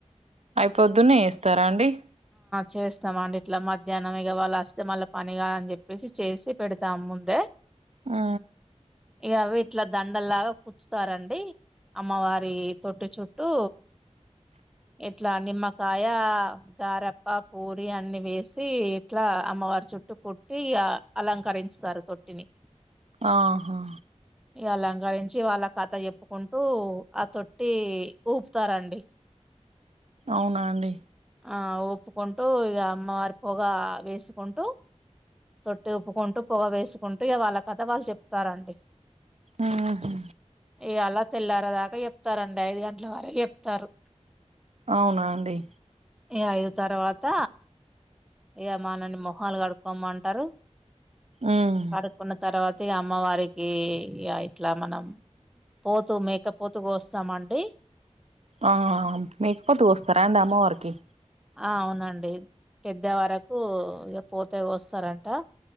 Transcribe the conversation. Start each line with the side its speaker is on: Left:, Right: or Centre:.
Right: అయిపోద్దున్నె యేస్తారా అండి
Centre: చేస్తామాండి ఇట్లా మధ్యాహ్నం ఇగ వాళ్ళస్తే ఇగ మళ్ళ పనిగాదని చెప్పేసి చేసి పెడతాము ముందే
Right: ఆ
Centre: ఇగ అవీట్ల దండల్లాగా కుచుతారండి అమ్మవారి తొట్టి చుట్టూ ఇట్లా నిమ్మకాయ గారప్ప పూరి అన్ని వేసి ఇట్లా అమ్మవారు చుట్టు కుట్టి ఇగా అలంకరించుతారు తొట్టిని
Right: ఆహా
Centre: ఇక అలంకరించి వాళ్ళ కథ చెప్పుకుంటూ ఆ తొట్టి ఊపుతారండి
Right: అవునా అండి
Centre: ఆ ఊపుకుంటూ ఇగ అమ్మవారి పొగ వేసుకుంటూ తొట్టి ఊపుకుంటూ పొగ వేసుకుంటూ ఇగ వాళ కథ వాళ్ళు చెప్తారండి
Right: ఆహా
Centre: ఇయలా తెల్లారేదాకా చెప్తారండి ఐదుగంట్ల వరకు చెప్తారు
Right: అవునా అండి
Centre: ఇ అయిదు తర్వాత ఇగ మనల్ని మొహాలు కడుక్కోమంటరు
Right: ఉమ్
Centre: కడుకున్న తర్వాత ఈ అమ్మవారికి ఇగ ఇట్లా మనం పోతూ మేక పోతు కోస్సామండి
Right: ఆ మేకపోతు కోస్తార అండి అమ్మ వారికి
Centre: ఆ అవునండి పెద్ద వరకు ఇగ పోతే కోస్తారంట